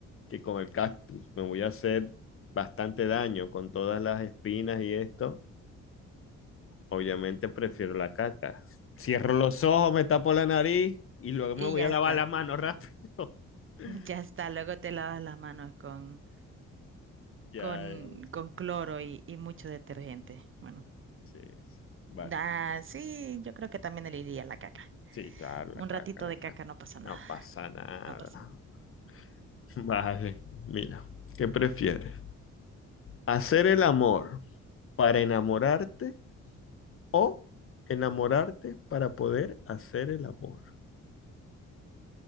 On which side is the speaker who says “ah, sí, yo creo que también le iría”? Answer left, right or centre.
Right